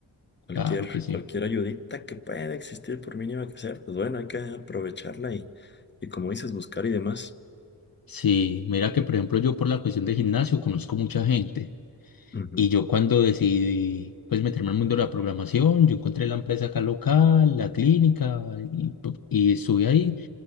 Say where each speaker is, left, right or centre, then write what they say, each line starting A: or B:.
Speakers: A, on the left; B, on the left.
A: Cualquier,
B: Claro que sí.
A: cualquier ayudita que pueda existir, por mínima que sea, pues bueno, hay que aprovecharla y, y como dices, buscar y demás.
B: Sí, mira que por ejemplo yo por la cuestión de gimnasio conozco mucha gente
A: Ujú.
B: y yo cuando decidí pues meterme al mundo de la programación, yo encontré la empresa acá local, la clínica y, pu- y estuve ahí.